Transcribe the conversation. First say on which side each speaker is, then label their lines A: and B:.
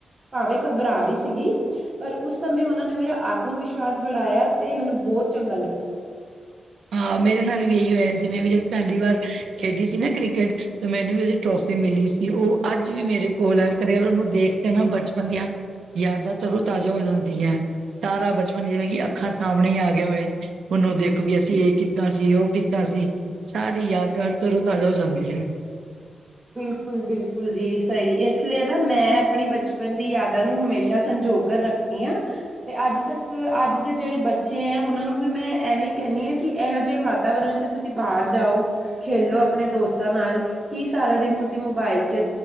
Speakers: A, on the right (about 20°); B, on the right (about 75°).
A: ਭਾਵੇਂ ਘਬਰਾ ਰੀ ਸੀਗੀ ਪਰ ਉਸ ਸਮੇਂ ਉਹਨਾਂ ਨੇ ਮੇਰਾ ਆਤਮ ਵਿਸ਼ਵਾਸ ਬਣਾਇਆ ਤੇ ਮੈਨੂੰ ਬਹੁਤ ਚੰਗਾ ਲੱਗਾ।
B: ਹਾਂ ਮੇਰੇ ਨਾਲ ਵੀ ਇਹੀ ਹੋਇਆ ਸੀ ਮੈਂ ਵੀ ਜਦ ਪਹਿਲੀ ਵਾਰ ਖੇਡੀ ਸੀ ਨਾ ਕ੍ਰਿਕਟ ਤੇ ਮੈਨੂੰ ਵੀ ਉਹਦੀ ਟਰੋਫੀ ਮਿਲੀ ਸੀ ਉਹ ਅੱਜ ਵੀ ਮੇਰੇ ਕੋਲ ਐ ਕਦੇ ਕਦਾਰ ਉਹਨੂੰ ਦੇਖ ਕੇ ਨਾ ਬਚਪਨ ਦੀਆਂ ਯਾਦਾਂ ਤਰੋ ਤਾਜ਼ਾ ਹੋ ਜਾਂਦੀਆਂ। ਸਾਰਾ ਬਚਪਨ ਜਿਵੇਂ ਕਿ ਅੱਖਾਂ ਸਾਹਮਣੇ ਈ ਆ ਗਿਆ ਹੋਵੇ ਉਹਨੂੰ ਦੇਖੋ ਇਹ ਕੀਤਾ ਸੀ ਉਹ ਕੀਤਾ ਸੀ ਸਾਰੀ ਯਾਦਗਾਰ ਤਰੋਂ ਤਾਜ਼ਾ ਹੋ ਜਾਂਦੀ ਐ।
A: ਬਿਲਕੁਲ ਬਿਲਕੁਲ ਜੀ ਸਹੀ ਇਸ ਲਈ ਨਾ ਮੈਂ ਆਪਣੀ ਬਚਪਨ ਦੀ ਯਾਦਾਂ ਨੂੰ ਹਮੇਸ਼ਾ ਸੰਜੋ ਰੱਖਣੀ ਆ। ਤੇ ਅੱਜ ਤੱਕ ਅੱਜ ਦੇ ਜਿਹੜੇ ਬੱਚੇ ਐ ਉਹਨਾਂ ਨੂੰ ਵੀ ਮੈਂ ਐਵੇਂ ਹੀ ਕਹਿੰਨੀ ਆ ਕਿ ਇਹੋ ਜਿਹੇ ਵਾ ਵਾਤਾਵਰਨ ਚ ਤੁਸੀਂ ਬਾਹਰ ਜਾਓ, ਖੇਲੋ ਆਪਣੇ ਦੋਸਤਾਂ ਨਾਲ ਕੀ ਸਾਰਾ ਦਿਨ ਤੁਸੀਂ ਮੋਬਾਇਲ ਚ